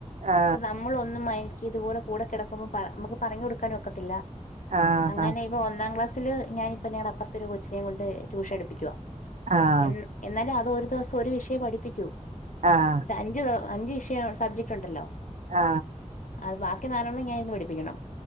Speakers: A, on the right (about 70°); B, on the left (about 80°).
A: ആ
B: പ്പൊ നമ്മളൊന്നും മയക്കിതുപോലെ കൂടെ കെടക്കുമ്പോ പറ നമ്മക്ക് പറഞ്ഞൊടുക്കാനൊക്കത്തില്ല.
A: ആ
B: അങ്ങനെപ്പൊ
A: ആ
B: ഒന്നാം ക്ലാസ്സില് ഞാനിതന്നെ അപൊർത്തെരു കൊച്ചിനെയും കൊണ്ട് ട്യൂഷൻ എടുപ്പിക്കുവാ
A: ആ
B: എന്ന എന്നാലുതൊരു ദിവസം ഒരു വിഷയം പഠിപ്പിക്കൂ
A: ആഹ്
B: ഇത് അഞ്ച് ദിവ അഞ്ച് വിഷയം സബ്ജക്ടുണ്ടല്ലോ
A: ആ
B: അത് ബാക്കി നാലോണ്ണം ഞാനിന്ന് പഠിപ്പിക്കണം.